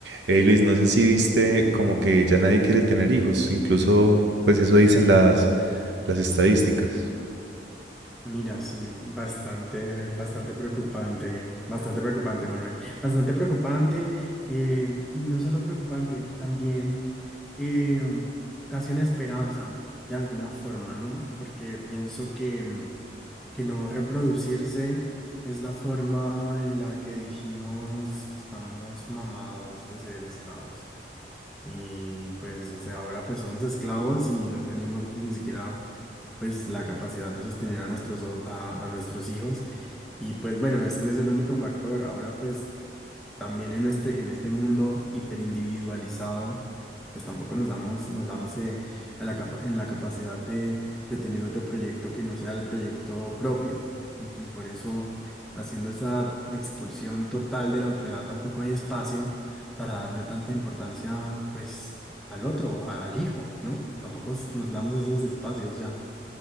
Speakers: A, on the right; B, in the centre.
A: Hey Luis, no sé si viste como que ya nadie quiere tener hijos, incluso pues eso dicen las, las estadísticas.
B: Mira, sí, bastante, bastante preocupante, bastante preocupante, Manuel, bastante preocupante, eh, y no solo preocupante, también eh, casi una esperanza de alguna forma, ¿no? Porque pienso que, mm, que no reproducirse es la forma en la que dijimos estamos mamados de ser esclavos. Y pues, o sea, ahora pues somos esclavos y no tenemos ni siquiera pues la capacidad de sostener a nuestros, o- a, a nuestros hijos. Y pues bueno, ese no es el único factor. Ahora pues también en este, en este mundo hiperindividualizado, pues tampoco nos damos, nos damos eh, a la capa- en la capacidad de, de tener otro proyecto que no sea el proyecto propio. Ent- Y por eso haciendo esa expulsión total de la otredad tampoco hay espacio para darle tanta importancia pues al otro, a- al hijo, ¿no? Tampoco s- nos damos esos espacios ya.